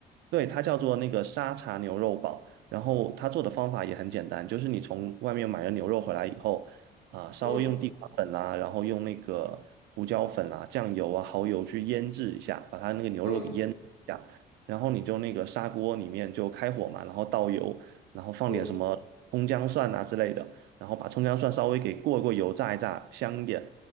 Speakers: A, on the right; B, on the left.
A: 对，它叫做那个沙茶牛肉堡，然后它做的方法也很简单，就是你从外面买了牛肉回来以后，啊、稍微用地瓜粉啦，
B: 嗯
A: 然后用那个胡椒粉啦、酱油啊、蚝油去腌制一下，把它那个牛肉给腌制一下，
B: 嗯
A: 然后你就那个砂锅里面就开火嘛，然后倒油，然后放点什么葱姜蒜啊之类的，
B: 嗯
A: 然后把葱姜蒜稍微给过一过油炸一炸，香一点，